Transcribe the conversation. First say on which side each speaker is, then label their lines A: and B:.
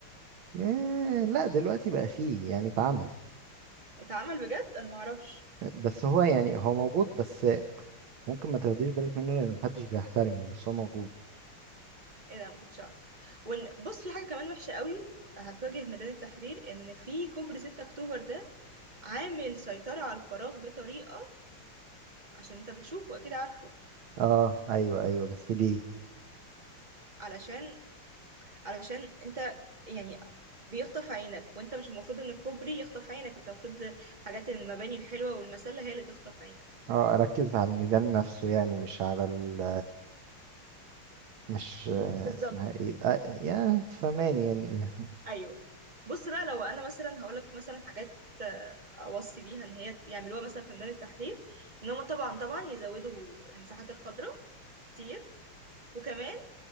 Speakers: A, on the right; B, on the right.
A: إيه لا دلوقتي بقى فيه يعني اتعمل
B: اتعمل بجد انا معرفش
A: بس هو يعني هو موجود بس ممكن ما تاخديش بالك منه لان محدش بيحترمه بس هو موجود
B: ايه ده ما كنتش اعرف وإن- بص في حاجه كمان وحشه قوي هتواجه ميدان التحرير ان في كوبري 6 اكتوبر ده عامل سيطره على الفراغ بطريقه عشان انت بتشوفه اكيد عارفه
A: اه ايوه ايوه بس ليه
B: علشان علشان انت يعني بيخطف عينك وانت مش المفروض ان الكوبري يخطف عينك انت المفروض حاجات المباني الحلوه والمسله هي اللي تخطف عينك
A: اه اركز على الميدان نفسه يعني مش على ال مش آه،
B: بالظبط.
A: اسمها ايه آه يعني انت فاهماني يعني
B: ايوه بص بقى لو انا مثلا هقول لك مثلا حاجات آه، اوصي بيها ان هي يعملوها مثلا في ميدان التحرير ان هم طبعا طبعا يزودوا المساحات الخضراء كتير وكمان